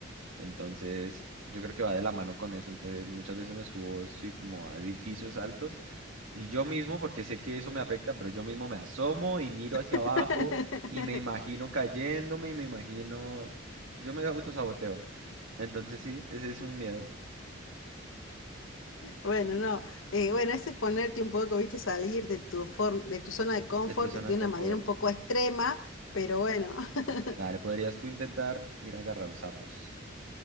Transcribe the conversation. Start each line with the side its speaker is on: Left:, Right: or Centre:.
Right: Entonces, yo creo que va de la mano con eso. Entonces, muchas veces me subo, sí, como a edificios altos y yo mismo, porque sé que eso me afecta, pero yo mismo me asomo y miro hacia
Left: <laughs>
Right: abajo y me imagino cayéndome y me imagino, yo me autosaboteo. Entonces, sí, ese es un miedo
Left: Bueno, no. eh, bueno, ese es ponerte un poco, viste, salir de tu form- de tu zona de confort
Right: de tu
Left: de
Right: zona de
Left: una
Right: confort.
Left: manera un poco extrema, pero bueno, <laughs>
Right: Dale, podrías tú intentar ir a agarrar sapos,